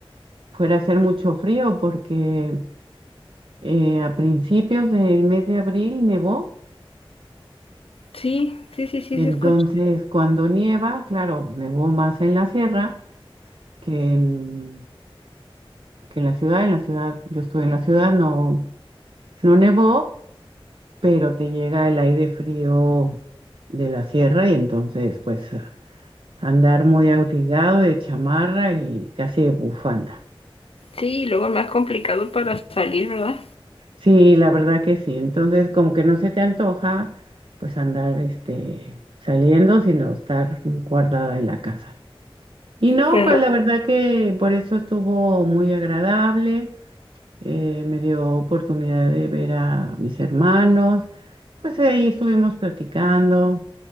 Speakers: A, on the right; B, on the left.
A: fuera a hacer mucho frío porque eh, a principios del mes de abril nevó
B: Sí, sí, sí, sí,
A: y entonces
B: se escucha.
A: cuando nieva, claro, nevó más en la sierra que en, que en la ciudad. En la ciudad, yo estuve en la ciudad, no, No nevó, pero te llega el aire frío de la sierra y entonces pues andar muy abrigado de chamarra y casi de bufanda.
B: Sí, y luego más complicado para salir, ¿verdad?
A: Sí, la verdad que sí. Entonces como que no se te antoja pues andar este saliendo, sino estar guardada en la casa. Y no,
B: Pero
A: pues la Claro. verdad que por eso estuvo muy agradable. eh, me dio oportunidad de ver a mis hermanos. Pues ahí estuvimos platicando